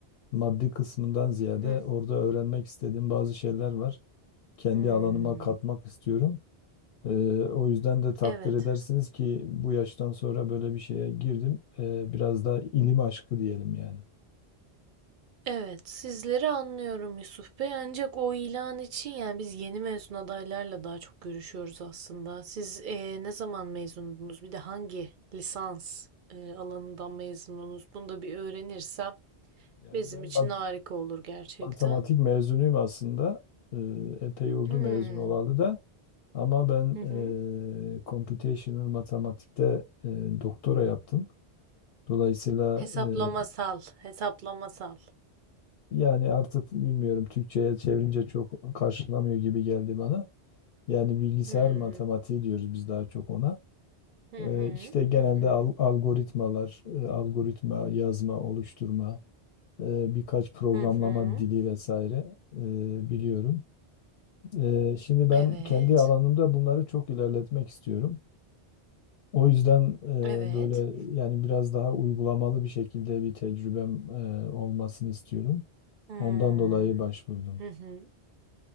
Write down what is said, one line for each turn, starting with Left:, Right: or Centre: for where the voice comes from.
Left: maddi kısmından ziyade
Right: Hı.
Left: orada öğrenmek istediğim bazı şeyler var. Kendi
Right: Hmm.
Left: alanıma katmak istiyorum. Ee, o yüzden de takdir
Right: Evet.
Left: edersiniz ki bu yaştan sonra böyle bir şeye girdim. Ee, biraz daha ilim aşkı diyelim yani.
Right: Evet, sizleri anlıyorum Yusuf Bey. Ancak o ilan için yani biz yeni mezun adaylarla daha çok görüşüyoruz aslında. Siz eee, ne zaman mezundunuz? Bir de hangi lisans eee, alanından mezundunuz? Bunu da bir öğrenirsem
Left: Yani
Right: Bizim
Left: ben
Right: için
Left: mat-
Right: harika olur gerçekten.
Left: matematik mezunuyum aslında. Ee, epey oldu
Right: Hmm.
Left: mezun olalı da. Ama ben
Right: Hı hı.
Left: eee computational matematikte eee, doktora yaptım. Dolayısıyla
Right: Hesaplamasal,
Left: eee,
Right: hesaplamasal.
Left: yani artık bilmiyorum Türkçe'ye çevirince çok karşılamıyor gibi geldi bana. Yani bilgisayar
Right: Hmm.
Left: matematiği diyoruz biz daha çok ona.
Right: Hı
Left: Eee
Right: hı.
Left: işte genelde
Right: Hı hı.
Left: al- algoritmalar, eee, algoritma yazma, oluşturma, eee, birkaç programlama
Right: Hı hı.
Left: dili vesaire eee, biliyorum. Eee, şimdi ben
Right: Evet.
Left: kendi alanımda bunları çok ilerletmek istiyorum. O yüzden
Right: Evet.
Left: e, böyle yani biraz daha uygulamalı bir şekilde bir tecrübem e, olmasını istiyorum.
Right: Hmm.
Left: Ondan dolayı başvurdum.
Right: Hı hı.